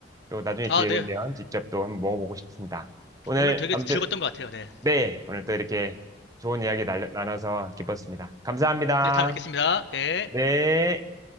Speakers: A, on the right; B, on the left.
A: 또 나중에
B: 아
A: 기회
B: 네
A: 되면 직접 또 한번 먹어보고 싶습니다. 오늘
B: 오늘 되게
A: 아무튼
B: 즐거웠던 것 같아요 네네
A: 네, 오늘 또 이렇게 좋은 이야기 날- 나눠서 기뻤습니다. 감사합니다.
B: 다음에 뵙겠습니다 네
A: 네.